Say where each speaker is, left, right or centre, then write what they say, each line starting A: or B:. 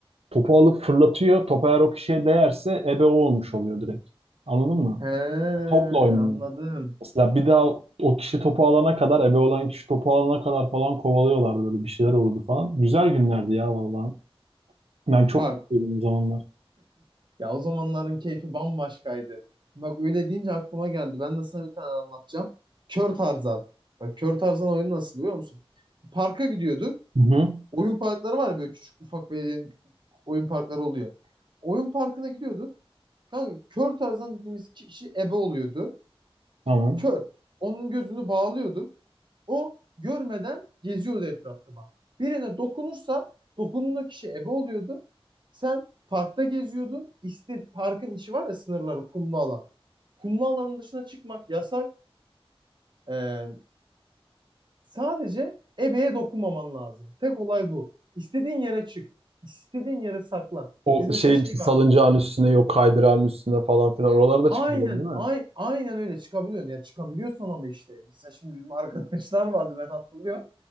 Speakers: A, on the right; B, on the right.
A: Topu alıp fırlatıyor. Top eğer o kişiye değerse ebe o olmuş oluyor direkt. Anladın mı?
B: He,
A: Topla oynuyor.
B: anladım.
A: Mesela bir daha o kişi topu alana kadar, ebe olan kişi topu alana kadar falan kovalıyorlardı böyle bir şeyler olurdu falan. Güzel günlerdi ya vallahi. Ben çok
B: Bak
A: mutluydum o zamanlar.
B: Ya o zamanların keyfi bambaşkaydı. Bak öyle deyince aklıma geldi. Ben de sana bir tane anlatacağım. Kör Tarzan. Bak Kör Tarzan oyunu nasıl biliyor musun? Parka gidiyorduk.
A: Hı hı.
B: Oyun parkları var ya böyle küçük ufak belediyenin oyun parkları oluyor. Oyun parkına gidiyorduk. Kanka Kör Tarzan dediğimiz kişi ebe oluyordu.
A: Tamam.
B: Kör. Onun gözünü bağlıyorduk. O görmeden geziyordu etrafta bak. Birine dokunursa dokunduğun kişi ebe oluyordu. Sen parkta geziyordun. İşte parkın içi var ya sınırları kumlu alan. Kumlu alanın dışına çıkmak yasak. Ee, sadece ebeye dokunmaman lazım. Tek olay bu. İstediğin yere çık. İstediğin yere saklan.
A: O
B: Biz mesela
A: şey
B: şey
A: işte salıncağın
B: var.
A: üstüne yok kaydırağın üstüne falan filan oralarda
B: Aynen,
A: çıkabiliyorum değil mi?
B: ay, aynen öyle çıkabiliyorsun. Ya çıkabiliyorsun ama işte. Mesela şimdi bizim arkadaşlar vardı ben hatırlıyorum.